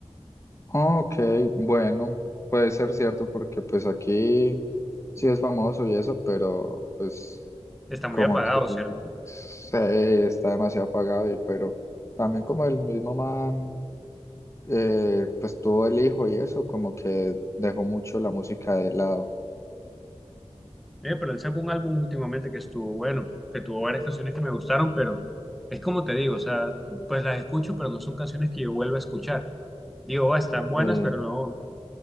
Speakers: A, on the left; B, in the centre.
A: Ok, bueno, puede ser cierto porque pues aquí sí es famoso y eso, pero pues...
B: Está muy
A: como
B: apagado,
A: que
B: ¿cierto?
A: se está demasiado apagado y pero también como el mismo man eh, pues tuvo el hijo y eso como que dejó mucho la música de lado
B: Eh, pero él sacó un álbum últimamente que estuvo bueno, que tuvo varias canciones que me gustaron, pero es como te digo, o sea, pues las escucho, pero no son canciones que yo vuelva a escuchar. Digo, ah, están buenas,
A: eh,
B: pero no,